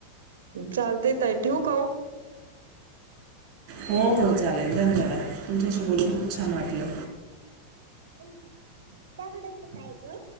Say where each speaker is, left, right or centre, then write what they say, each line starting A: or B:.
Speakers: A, on the right (about 60°); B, on the right (about 45°).
A: चालतय ताई ठेवू का हो?
B: हो-हो चालेल धन्यवाद तुमच्याशी बोलून खूप छान वाटलं.
A: आई! हम्म, दगडाचं काय गं?